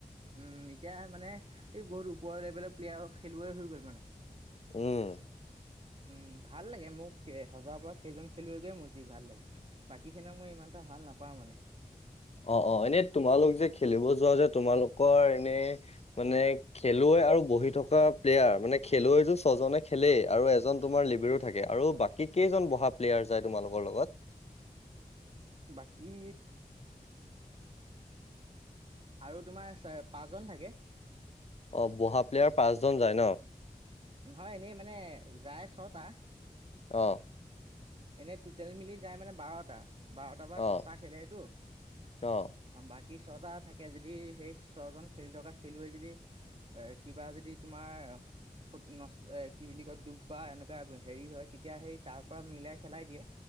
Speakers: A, on the right; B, on the left.
A: উম, এতিয়া মানে এই বহুত ওপৰৰ লেভেলৰ প্লেয়াৰ খেলুৱৈ হৈ গ'ল মানে।
B: উম।
A: উম, ভাল লাগে মোক হজৰাপৰাৰ সেইজন খেলুৱৈকে মোৰ যি ভাল লাগে। বাকীখিনও মই ইমান এটা ভাল নাপাওঁ মানে।
B: অ', অ', এনেই তোমালোক যে খেলিব যোৱা যে তোমালোকৰ এনে মানে খেলুৱৈ আৰু বহি থকা প্লেয়াৰ মানে খেলুৱৈটো ছজনে খেলেই আৰু এজন তোমাৰ লিবেৰো থাকে আৰু বাকী কি কেইজন বহা প্লেয়াৰ যায় তোমালোকৰ লগত।
A: বাকী আৰু তোমাৰ পাঁচজন থাকে।
B: অ', বহা প্লেয়াৰ পাঁচজন যায় ন।
A: নহয় এনেই মানে যায় ছটা।
B: অ'।
A: এনেই টুটেল মিলি যায় মানে বাৰটা বাৰটাৰ পৰা
B: অ
A: ছটা খেলেটো।
B: অ
A: বাকী ছটা থাকে যদি সেই ছজন খেলি থকা খেলুৱৈ যদি এ কিবা যদি তোমাৰ ন কি বুলি কয় ডুব বা এনেকুৱা হেৰি হয় তেতিয়া সেই তাৰ পৰা মিলাই খেলাই দিয়ে